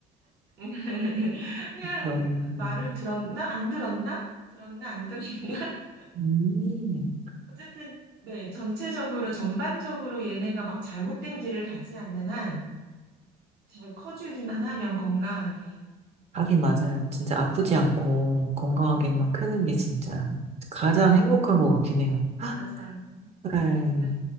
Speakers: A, on the right (about 70°); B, on the right (about 40°).
A: <laughs> 그냥
B: 그런 부분.
A: 말을 들었나? 안 들었나? 들었나? 안 들었나? <laughs>
B: 음.
A: 어쨌든, 네, 전체적으로, 전반적으로 얘네가 막 잘못된 길을 가지 않는 한 잘 커주기만 하면 건강하게.
B: 하긴 맞아요. 진짜 아프지
A: 네,
B: 않고 건강하게만 크는 게 진짜 가장
A: 네,
B: 행복한 것 같긴 해요. <laughs>
A: 맞아요.
B: 네,
A: 그래서